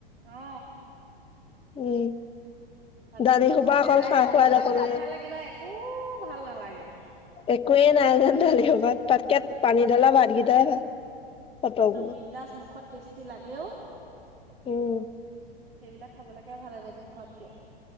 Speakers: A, on the right; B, on the left.
A: অ
B: উম,
A: ভালকেই
B: দালি
A: তাৰমান
B: সোপা
A: সৰহে
B: অকল
A: যায়
B: খা
A: দালি
B: সোৱাদ
A: সোবা
B: অকল
A: খাই খালে কিবা একো ভাল নালাগে।
B: একোৱেই নাই যেন দালি সবাত তাতকে
A: উম
B: পানী দালা ভাতকেইটাই ভাল। ফটকবোৰ
A: একদম বিন্দাজ মুখত টেষ্টি লাগেও।
B: উম
A: সেইবিলাক খাবলৈকে ভালে থাকে খোৱাতকে।